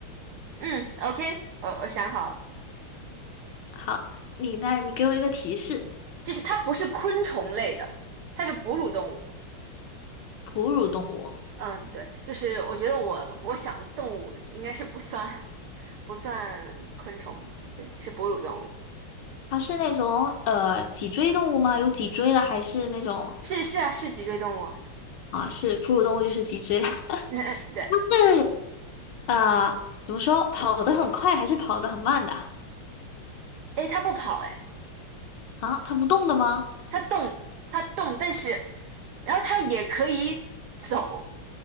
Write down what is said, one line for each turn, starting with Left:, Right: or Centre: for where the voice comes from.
Right: 嗯，OK，我我想好了，
Left: 好，你那你给我一个提示，
Right: 就是它不是昆虫类的，它是哺乳动物。
Left: 哺乳动物，
Right: 嗯，对，就是我觉得我我想的动物应该是不算不算昆虫，对，是哺乳动物。
Left: 它是那种呃脊椎动物吗？有脊椎的，还是那种？
Right: 是是啊，是脊椎动物啊。
Left: 啊，是哺乳动物就是脊椎的，<laughs>
Right: <laughs> 嗯，对。
Left: 但是呃，怎么说，跑得很快还是跑得很慢的
Right: 诶，它不跑，诶，
Left: 啊？它不动的吗？
Right: 它动，它动，但是然后它也可以走。